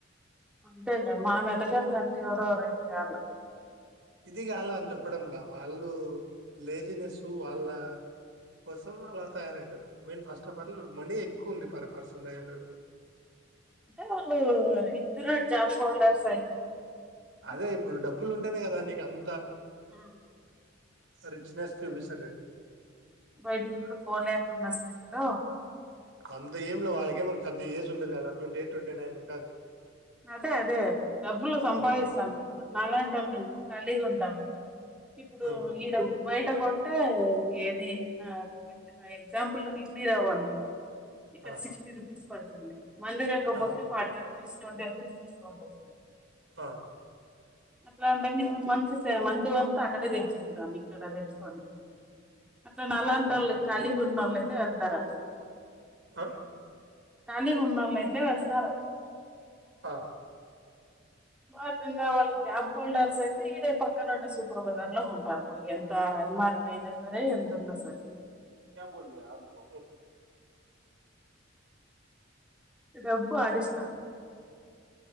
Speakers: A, in the centre; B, on the right.
A: అంతేండి మనమెదగళ్లన్టే ఎవురో ఒగరు ఇదిగాళ్ల
B: ఇది గాళ్ళని జెప్పడం గాదు వాళ్ళు లేజినెస్ సో వాళ్ళ కోసం అలా తయారవుతున్నారు men first of all money ఎక్కువ ఉంది పర్ పర్సన్ దగ్గర
A: అంటే వాళ్ళు ఇద్దరు జాబ్ హోల్డర్స్ అయి
B: అదే ఇప్పుడు డబ్బలుంటేనే కదండి గమ్
A: ఉ
B: రిచ్నెస్ చూపిస్తున్నది
A: అదె బయటికి కూడా పోలేకున్న స్తి డ
B: అంత ఎంలే వాళ్ళక ఏమం పెద్ద ఏజ్ ఉండదేడ ట్వంటీ ఎయిట్ ట్వంటీ నైన్ ఉంటర్
A: అదే అదే డబ్బులు సంపాదిస్తానప్పుడు
B: ఉమ్,
A: నాలాంటోళ్ళు ఎందుకు కాలీగుంటాము ఇప్పుడు
B: ఉమ్,
A: ఈడ బయట కొంటే ఏది ఆ ఎగ్జాంపుల్ ఇడ్లీ రవ్వ అనుకో ఇక్కడ
B: ఆ,
A: సిక్స్టీ రుపీస్ పడుతుంది మందిరంగ పోతే
B: ఆ,
A: ఫార్టీ రూపీస్ ప్లస్ <unintelligible> స్కౌంట్ వస్తుంది
B: ఆ
A: అట్లా అంటే నేను మంత్స్ సెవన్ మంత్ అంత అక్కడే తెచ్చుకుంటాము ఇక్కడ తెచ్చుకోము అట్లా నాలాంటి వొళ్ళు
B: అది
A: కాళీ గా ఉన్నొల్లు ఉంటే ఉంటారట్ల
B: అ
A: ఖాళీగున్నోళ్ళు అయితే వెళ్తారు అట్ల
B: ఆ
A: బాగా ఉన్నా వాళ్ళు జాబ్ హోల్డర్స్ అయితే ఇడే పక్కన ఉండే సూపర్ బజార్ లో కొంటారు పోయి ఎంత ఎంఆర్పి అయినా సరే ఎంత ఉన్నా సరే
B: క్యా బోల్రీ ఆమ్ కో
A: డబ్బు ఆడిస్తాను